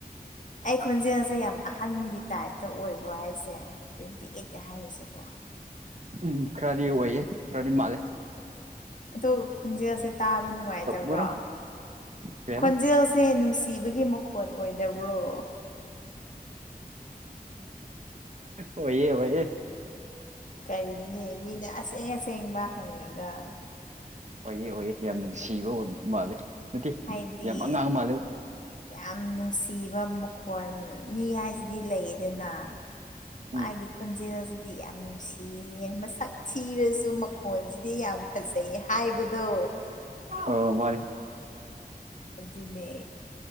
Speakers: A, on the left; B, on the right.
A: ꯑꯩ ꯈꯣꯟꯖꯦꯜꯁꯦ ꯌꯥꯝ ꯑꯍꯟꯒꯤ ꯇꯥꯏꯞꯇ ꯑꯣꯏꯕ꯭ꯔꯣ ꯍꯥꯏꯁꯦ ꯇ꯭ꯋꯦꯟꯇꯤ ꯑꯩꯠꯀ ꯍꯥꯏꯔꯤꯁꯦꯕꯣ
B: ꯎꯝ ꯈ꯭ꯔꯗꯤ ꯑꯣꯏꯌꯦ ꯈ꯭ꯔꯗꯤ ꯃꯥꯂ
A: ꯑꯗ ꯈꯣꯟꯖꯦꯜꯁꯦ ꯇꯥꯕ ꯅꯨꯡꯉꯥꯏꯇꯕ꯭ꯔꯣ
B: ꯑꯣꯏꯔꯝꯃꯣꯏ ꯀꯩ ꯍꯥꯏꯕ
A: ꯈꯣꯟꯖꯦꯜꯁꯦ ꯅꯨꯡꯁꯤ ꯁꯤꯤꯕꯒꯤ ꯃꯈꯣꯟ ꯑꯣꯏꯗꯕ꯭ꯔꯣ
B: ꯑꯣꯏ ꯌꯦ
A: ꯀꯔꯤꯅꯣꯅꯦ ꯃꯤꯅ ꯑꯁꯦꯡ ꯑꯁꯦꯡꯕ ꯍꯪꯉꯒ
B: ꯑꯣꯏꯌꯦ ꯑꯣꯏꯌꯦ ꯌꯥꯝ ꯅꯨꯡꯁꯤꯕ ꯃꯥꯜꯂꯦ ꯅꯠꯇꯦ
A: ꯍꯥꯏꯗꯤ
B: ꯌꯥꯝ ꯑꯉꯥꯡ ꯃꯥꯜꯂꯦ
A: ꯌꯥꯝ ꯅꯨꯡ ꯅꯨꯡ ꯁꯤꯕ ꯃꯈꯣꯜ ꯃꯤ ꯍꯥꯏꯁꯤꯗꯤ ꯂꯩꯗꯅ
B: ꯎ
A: ꯃꯥꯒꯤ ꯈꯣꯟꯖꯦꯜꯁꯤꯗꯤ ꯌꯥꯝ ꯅꯨꯡꯁꯤꯌꯦ ꯃꯁꯛ ꯊꯤꯔꯁꯨ ꯃꯈꯣꯟꯁꯤꯗꯤ ꯌꯥꯝ ꯐꯖꯩ ꯍꯥꯏꯕꯗꯣ
B: ꯑꯣ ꯃꯥꯅꯤ
A: ꯑꯗꯨꯅꯦ